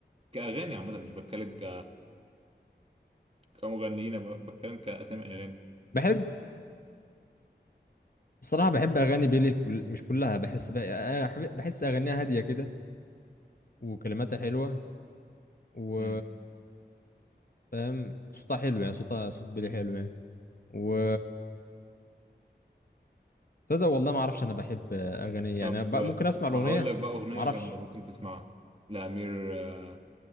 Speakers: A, on the right (about 30°); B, on the left (about 55°).
A: كأغاني عامة مش بتكلم ك كمغنيين أنا ب- بتكلم كأسامي أغاني
B: بحب الصراحة بحب أغاني بيلي كل... مش كلها بحس بقى... أنا أحب- بحس أغانيها هادية كده وكلماتها حلوة و
A: امم
B: فاهم صوتها حلو يعني صوتها صوت بيلي حلو يعني و تصدق والله ما أعرفش أنا بحب أغاني إيه
A: طب
B: يعني بقى
A: آه،
B: ممكن أسمع الأغنية
A: هقول لك بقى أغنية
B: ما أعرفش
A: جامدة ممكن تسمعها لأمير آه،